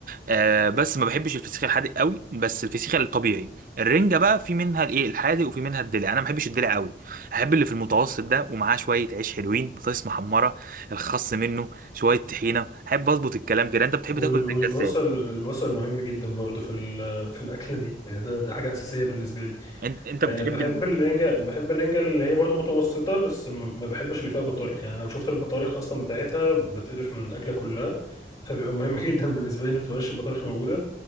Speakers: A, on the right (about 50°); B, on the left (about 35°).
A: آه بس ما بحبش الفسيخ الحادق قوي بس الفسيخ الطبيعي الرنجه بقى في منها الايه الحادق وفي منها الدلع انا ما بحبش الدلع قوي احب اللي في المتوسط ده ومعاه شويه عيش حلوين بطاطس محمره الخس منه شويه طحينه احب اظبط الكلام كده انت بتحب
B: وال-
A: تاكل الرنجه
B: والبصل
A: ازاي
B: البصل مهم جدا برضه في ال- في الأكلة دي يعني ده ده حاجة أساسية بالنسبة لي
A: انت انت
B: أه
A: بتحب
B: بحب الرنجة بحب الرنجة اللي هي برضه متوسطة بس ما ما بحبش اللي فيها بطارخ يعني لو شفت البطارخ أصلا بتاعتها بتقرف من الأكلة كلها فبيبقى مهم <laughs> جدا بالنسبة لي إن ما تبقاش البطارخ موجودة